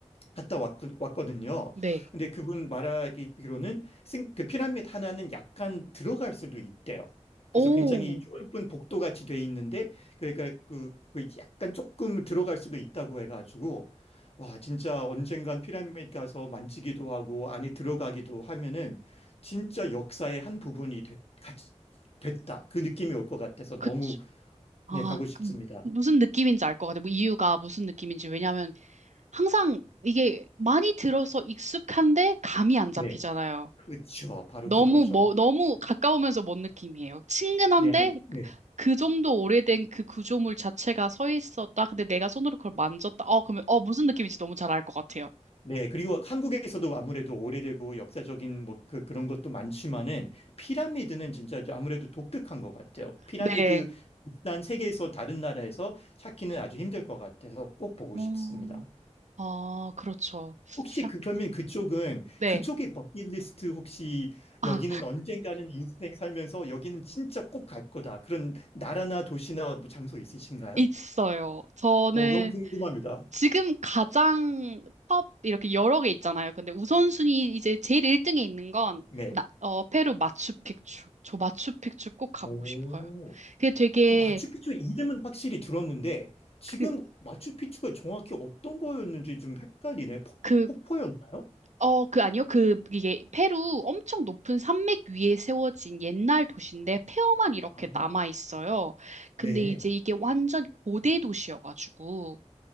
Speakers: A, on the left (about 55°); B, on the right (about 75°).
A: 갔다 왔 왔거든요.
B: 네.
A: 근데 그분 말하기로는 생- 그 피라미드 하나는 약간 들어갈 수도 있대요. 그래서
B: 오,
A: 굉장히 좁은 복도 같이 돼 있는데 그러니까 그, 그 약간 조금 들어갈 수도 있다고 해가지고 와 진짜 언젠간 피라미드 가서 만지기도 하고 안에 들어가기도 하면은 진짜 역사의 한 부분이 됐, 같이 됐다 그 느낌이 올 것 같아서
B: 그쵸.
A: 너무
B: 아,
A: 네 가고 싶습니다.
B: 그 무슨 느낌인지 알 것 같아요. 뭐 이유가 무슨 느낌인지. 왜냐하면 항상 이게 많이 들어서 익숙한데 감이 안 잡히잖아요.
A: 네, 그렇죠. 바로
B: 너무
A: 그거죠.
B: 뭐 너무 가까우면서 먼 느낌이에요. 친근한데
A: 네, 한, 네.
B: 그 정도 오래된 그 구조물 자체가 서 있었다. 근데 내가 손으로 그걸 만졌다. 어 그러면 어 무슨 느낌인지 너무 잘 알 것 같아요.
A: 네, 그리고 한국에서도 아무래도 오래되고 역사적인 뭐 그, 그런 것도 많지만은 피라미드는 진짜 이제 아무래도 독특한 것 같아요. 피라미드
B: 네.
A: 일단 세계에서 다른 나라에서 찾기는 아주 힘들 것 같아서 꼭 보고
B: 어,
A: 싶습니다.
B: 아 그렇죠.
A: 혹시
B: 피라.
A: 그, 그러면 그쪽은
B: 네.
A: 그쪽의 버킷리스트 혹시
B: 아
A: 여기는 언젠가는 인생 살면서 여기는 진짜 꼭 갈 거다. 그런 나라나 도시나 뭐 장소 있으신가요?
B: 있어요. 저는
A: 어, 너무 궁금합니다.
B: 지금 가장 top 이렇게 여러 개 있잖아요. 근데 우선순위 이제 제일 1등에 있는 건
A: 네.
B: 나, 어, 페루 마추픽추. 저 마추픽추 꼭 가보고
A: 오.
B: 싶어요. 그게 되게
A: 그 마추픽추 이름은 확실히 들었는데 지금
B: 그,
A: 마추픽추가 정확히 어떤 거였는지 좀 헷갈리네. 폭,
B: 그,
A: 폭포였나요?
B: 어, 그 아니요. 그 이게 페루 엄청 높은 산맥 위에 세워진 옛날 도시인데 폐허만 이렇게
A: 아,
B: 남아 있어요. 근데
A: 네.
B: 이제 이게 완전 고대 도시여가지고